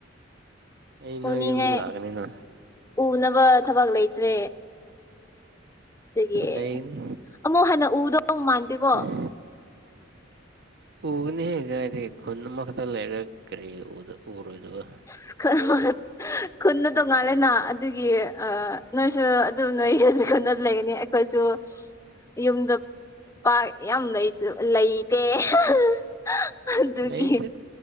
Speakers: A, on the right (about 60°); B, on the left (about 15°).
A: ꯑꯩ ꯅꯣꯏ
B: ꯎꯅꯤꯡꯉꯥꯏ
A: ꯌꯨꯝꯗ ꯂꯥꯛꯀꯅꯤꯅ
B: ꯎꯅꯕ ꯊꯕꯛ ꯂꯩꯇ꯭ꯔꯦ꯫ ꯑꯗꯨꯒꯤ
A: ꯂꯩꯒꯅꯤ
B: ꯑꯃꯨꯛ ꯍꯥꯟꯟꯅ ꯎꯗꯧ ꯃꯥꯟꯗꯦꯀꯣ꯫
A: ꯍꯍ <unintelligible> ꯎꯒꯅꯤꯍꯦ ꯀꯗꯥꯏꯗꯒꯤ ꯈꯨꯟ ꯑꯃꯈꯛꯇ ꯂꯩꯔꯒ ꯀꯔꯤ ꯎꯔꯣꯏꯗꯕ
B: ꯑꯁ ꯈꯨꯟ ꯈꯨꯟꯗꯨ ꯇꯣꯡꯉꯥꯜꯂꯦꯅ ꯑꯗꯨꯒꯤ ꯅꯣꯏꯁꯨ ꯑꯗꯨꯝ ꯅꯣꯏ ꯂꯩꯒꯅꯤ ꯑꯩꯈꯣꯏꯁꯨ ꯌꯨꯝꯗ ꯄꯥꯛ ꯌꯥꯝ ꯂꯩ ꯂꯩꯇꯦ꯫ <unintelligible> ꯑꯗꯨꯒꯤ
A: ꯂꯩꯇꯦ